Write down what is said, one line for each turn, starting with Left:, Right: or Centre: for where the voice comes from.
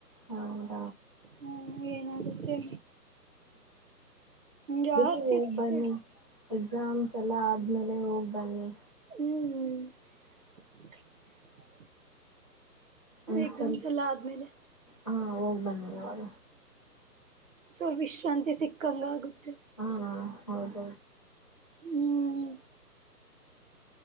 Left: ಹ್ಮ
Right: ಹ್ಮ ಏನಾಗುತ್ತೆ ಜಾಸ್ತಿ
Left: ಬಿಡ ಹ
Right: ಸುತ್ತೆ
Left: ಬನ್ನಿ ಎಕ್ಸಾಮ್ಸ್ ಎಲ್ಲ ಆದಮೇಲೆ ಹೋಗಿ ಬನ್ನಿ
Right: ಹ್ಮ್
Left: ಒಂದ್ಸಲ
Right: ಎಕ್ಸಾಮ್ಸ್ ಎಲ್ಲಾ ಆದ ಮೇಲೆ
Left: ಹಾ ಹೋಗ್ ಬನ್ನಿ ಯಾವಾಗ
Right: ಸೊ ವಿಶ್ರಾಂತಿ ಸಿಕ್ಕಂಗ ಆಗುತ್ತೆ
Left: ಹಾ ಹೌದ
Right: ಹ್ಮ್